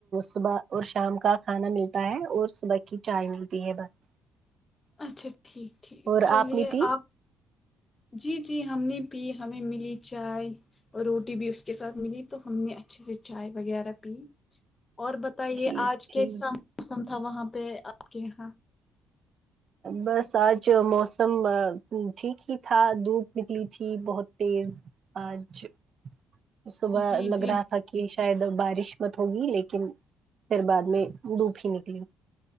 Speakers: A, on the right; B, on the left.
A: صبح اور شام کا کھانا ملتا ہے اور صبح کی چائے ملتی ہے بس
B: اچھا ٹھیک ٹھیک
A: اور
B: چلیے
A: نے پی
B: آپ جی جی ہم نے پی ہمیں ملی چائے اور روٹی بھی اس کے ساتھ ملی تو ہم نے اچھے سے چائے وغیرہ پی اور بتائیے
A: ٹھیک
B: آج
A: ٹھیک
B: کیسا موسم تھا وہاں پہ آپ کے یہاں
A: بس آج موسم ٹھیک ہی تھا دھوپ نکلی تھی بہت تیز پانچ صبح
B: جی
A: لگ
B: جی
A: رہا تھا کہ شاید بارش مت ہوگی لیکن پھر بعد میں دھوپ ہی نکلی